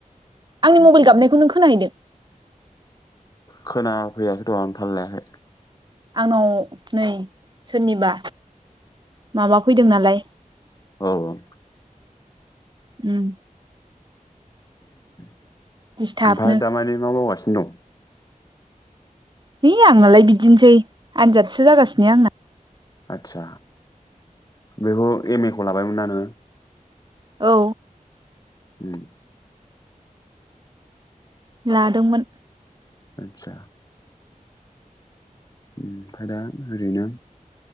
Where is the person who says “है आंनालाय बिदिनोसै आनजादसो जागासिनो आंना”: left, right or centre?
Right